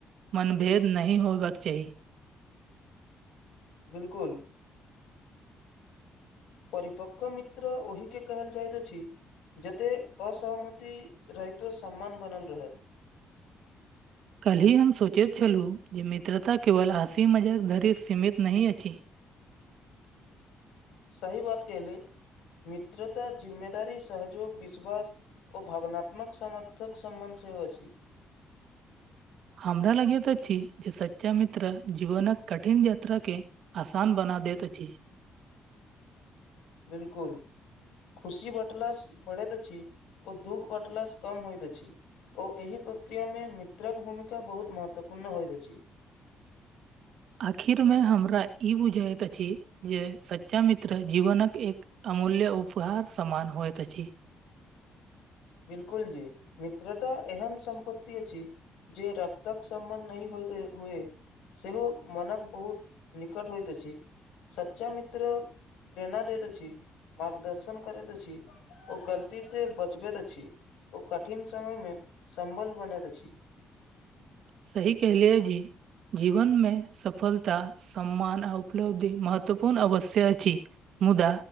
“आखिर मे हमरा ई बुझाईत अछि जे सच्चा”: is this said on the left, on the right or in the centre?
Right